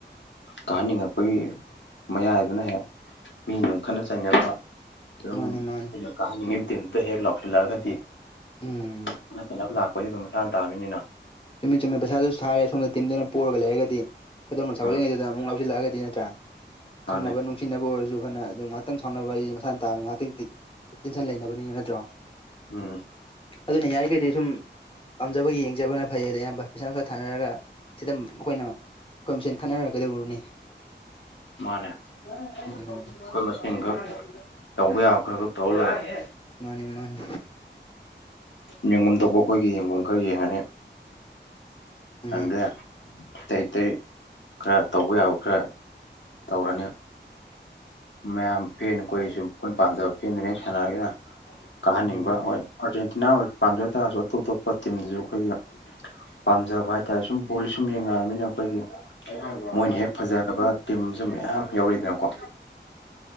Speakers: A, on the left (about 75°); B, on the left (about 30°).
A: ꯀꯥꯍꯅꯤꯡꯉꯛꯄꯒꯤ ꯃꯌꯥꯏꯗꯨꯅ ꯍꯦꯛ ꯃꯤꯗꯨ ꯈꯠꯅ ꯆꯩꯅꯤꯡꯕ ꯑꯗꯨꯝ
B: ꯃꯥꯅꯤ ꯃꯥꯅꯤ
A: ꯑꯩꯅ ꯀꯥꯍꯟꯅꯤꯡꯗꯕ ꯇꯤꯝꯗꯨꯗ ꯍꯦꯛ ꯂꯥꯎꯁꯤꯜꯂꯛꯑꯒꯗꯤ
B: ꯎꯝ
A: ꯈꯠꯅꯥ ꯆꯩꯅꯕꯥ ꯂꯥꯛ ꯑꯩꯈꯣꯏꯁꯨ ꯑꯗꯨꯝ ꯃꯁꯥꯅ ꯇꯥꯃꯤꯅꯤꯅ
B: ꯆꯨꯝꯃꯦ ꯆꯨꯝꯃꯦ ꯄꯩꯁꯥꯗꯨꯁꯨ ꯁꯥꯔꯦ ꯑ ꯁꯣꯝꯗ ꯇꯤꯝꯗꯨꯅ ꯄꯔꯒ ꯂꯩꯔꯒꯗꯤ ꯈꯨꯗꯝ ꯃꯆꯥ
A: ꯎꯝ
B: ꯎꯠꯂꯤꯉꯩꯗꯨꯗ ꯑꯃꯨꯛ ꯉꯥꯎꯁꯟꯂꯛꯑꯒꯗꯤ ꯅꯠꯇ꯭ꯔ
A: ꯃꯥꯅꯦ
B: ꯈꯪꯅꯕ ꯅꯨꯃ ꯇꯤꯟꯅꯕ ꯑꯣꯏꯔꯁꯨ ꯐꯅ ꯑꯗꯨꯝ ꯉꯥꯏꯥꯛꯪ ꯁꯥꯎꯅꯕ ꯑꯩ ꯃꯁꯥꯅꯥꯕ ꯉꯥꯏꯍꯥꯛꯇꯪ ꯇꯦꯟꯁꯟ ꯂꯩꯅꯕꯅꯤꯅ ꯅꯠꯇ꯭ꯔꯣ
A: ꯎꯝ
B: ꯑꯗꯨꯅ ꯌꯥꯔꯤꯈꯩꯗꯩ ꯁꯨꯝ ꯄꯥꯝꯖꯕ ꯌꯦꯡꯖꯕꯅ ꯐꯩ ꯑꯗ ꯑꯌꯥꯝꯕ ꯄꯩꯁꯥ ꯅꯨꯡꯁꯥ ꯊꯥꯅꯔꯒ ꯁꯤꯗ ꯑꯩꯈꯣꯏꯅ ꯑꯩꯈꯣꯏ ꯃꯁꯦꯟ ꯈꯠꯅꯔꯛꯒꯗꯧꯔꯅꯤ
A: ꯃꯥꯅꯦ ꯑꯩꯈꯣꯏ
B: ꯎꯝ
A: ꯃꯁꯤꯡꯈꯛ ꯇꯧꯕ ꯌꯥꯕ ꯈꯔ ꯈꯛ ꯇꯧꯔ ꯂꫭꯏꯔꯦ
B: ꯃꯥꯅꯤ ꯃꯥꯅꯤ
A: ꯌꯦꯡꯐꯝꯐꯝ ꯊꯣꯛꯧꯕ ꯑꯩꯈꯣꯏꯒꯤ ꯌꯦꯡꯐꯝ ꯈꯔ ꯌꯦꯡꯉꯅꯤ
B: ꯎꯝ
A: ꯍꯪꯗꯦ ꯑꯇꯩ ꯑꯇꯩ ꯈꯔ ꯇꯧꯕ ꯌꯥꯕ ꯈꯔ ꯇꯧꯔꯅꯤ ꯃꯌꯥꯝ ꯐꯦꯟ ꯑꯩꯈꯣꯏꯁꯨ ꯑꯩꯈꯣꯏꯅ ꯄꯥꯝꯖꯕ ꯐꯦꯟꯗꯨꯅ ꯍꯦꯛ ꯁꯥꯟꯅꯔꯒꯦꯅ ꯀꯥꯍꯟꯅꯤꯡꯕ
B: ꯎꯝ
A: ꯍꯣꯏ ꯑꯥꯔꯖꯦꯟꯇꯤꯅꯥ ꯑꯣꯏ ꯄꯥꯝꯖ ꯇꯥꯔꯁꯨ ꯑꯇꯣꯞ ꯑꯇꯣꯞꯄ ꯇꯤꯝꯗꯁꯨ ꯑꯩꯈꯣꯏꯒ ꯄꯥꯝꯖꯕ ꯍꯥꯏꯇꯥꯥꯔꯦ ꯁꯨꯝ ꯕꯣꯜꯁꯦ ꯁꯨꯝ ꯌꯦꯡꯅꯛꯑꯅꯤꯅ ꯑꯩꯈꯣꯏꯒꯤ ꯃꯣꯏꯅ
B: ꯃꯥꯅꯤ
A: ꯍꯦꯛ ꯐꯖꯕ ꯇꯤꯝꯁꯨ ꯃꯌꯥꯝ ꯌꯥꯎꯔꯤꯛꯏꯗꯅꯀꯣ